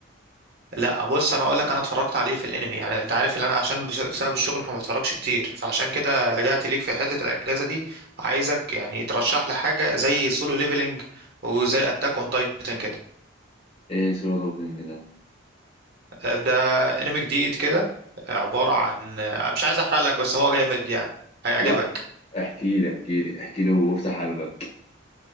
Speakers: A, on the right; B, on the left.
A: لا بص انا اقول لك انا اتفرجت عليه في الانمي يعني انت عارف ان انا عشان بش- بسبب الشغل فما بتفرجش كتير فعشان كده لجأت ليك في حتة الاجازة دي عايزك يعني ترشح لي حاجة زي سولو ليفلينج وزي اتاك اون تايتن كده
B: إيه سولو بينج ده؟
A: آه، ده انمي جديد كده آه، عبارة عن آه، مش عايز احرق لك بس هو جامد يعني هيعجبك
B: لا احكي لي احكي لي احكي لي وافتح قلبك